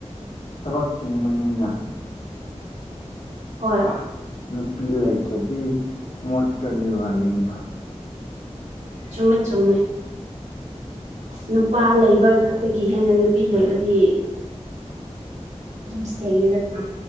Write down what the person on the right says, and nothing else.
ꯍꯣꯏ
ꯆꯨꯝꯃꯦ ꯆꯨꯝꯃꯦ ꯅꯨꯄꯥ ꯂꯩꯕꯒꯤ ꯍꯦꯟꯅ ꯅꯨꯄꯤ ꯂꯩꯕꯗꯤ ꯑꯗꯨꯝ ꯁꯦꯡꯉꯦꯗꯅ